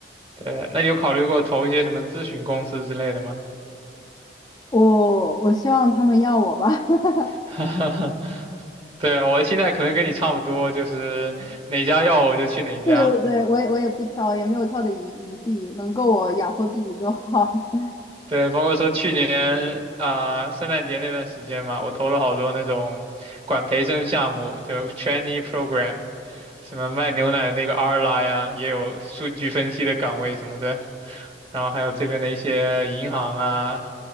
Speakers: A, on the right; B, on the left.
A: 对，那你有考虑过投一些什么咨询公司之类的吗？
B: 我我希望他们要我吧。<laughs>
A: <laughs> 对，我现在可能跟你差不多，就是哪家要我就去哪家。
B: 对对对，我也我也不挑，也没有挑的余余地，能够我养活自己就好。<laughs>
A: 对，包括说去年啊、圣诞节那段时间嘛，我投了好多那种管培生项目，就是 trainee program，什么卖牛奶的那个 Arla 呀，也有数据分析的岗位什么的，然后还有这边的一些银行啊，